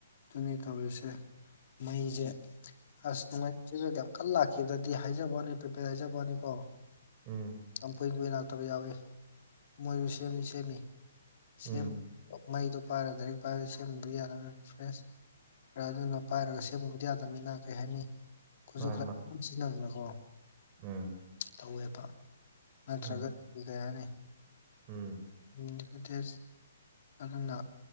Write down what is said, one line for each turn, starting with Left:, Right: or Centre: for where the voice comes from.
Left: ꯑꯗꯨꯅꯤ ꯇꯧꯔꯤꯁꯦ ꯃꯩꯁꯦ ꯑꯁ ꯅꯨꯡꯉꯥꯏꯨ ꯀꯟꯅ ꯂꯥꯛꯈꯤꯕꯗꯗꯤ ꯍꯥꯏꯖꯕꯅꯤ ꯄ꯭ꯔꯤꯄꯦꯌꯔ ꯍꯥꯏꯖꯕꯅꯤ ꯀꯣ
Right: ꯎꯝ
Left: ꯌꯥꯝ ꯀꯨꯏꯅ ꯀꯨꯏꯅ ꯂꯥꯛꯇꯕ ꯌꯥꯎꯏꯤ ꯃꯣꯏꯁꯨ ꯁꯦꯝꯁꯨ ꯁꯦꯝꯃꯤ
Right: ꯎꯝ
Left: ꯁꯦꯝ ꯃꯩꯗꯣ ꯄꯥꯏꯔꯗ꯭ꯔ ꯄꯥꯏꯔ ꯁꯦꯝꯕꯕꯗꯤ ꯌꯥꯗꯕ ꯐ꯭ꯔꯦꯁ ꯑꯗꯨꯅ ꯄꯥꯏꯔꯒ ꯁꯦꯝꯃꯨꯕꯗꯤ ꯌꯥꯗꯕꯅꯤꯅ ꯀꯩ ꯍꯥꯏꯅꯤ ꯈꯨꯠꯁꯨ
Right: ꯃꯥꯅꯤ
Left: ꯈꯨꯂꯛ
Right: ꯃꯥꯅꯤ
Left: ꯌꯥꯝ ꯁꯤꯖꯤꯟꯅꯗꯅꯀꯣ
Right: ꯎꯝ
Left: ꯇꯧꯋꯦꯕ ꯅꯠꯇ꯭ꯔꯒꯗꯤ
Right: ꯎꯝ
Left: ꯀꯩ ꯍꯥꯏꯅꯤ
Right: ꯎꯝ
Left: ꯂꯤꯃꯤꯇꯦꯖ ꯑꯗꯨꯅ